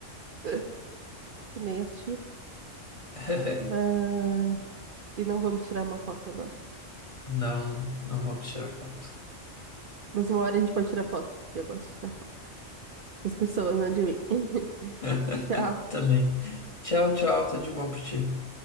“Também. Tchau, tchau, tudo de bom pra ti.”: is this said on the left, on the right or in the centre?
Left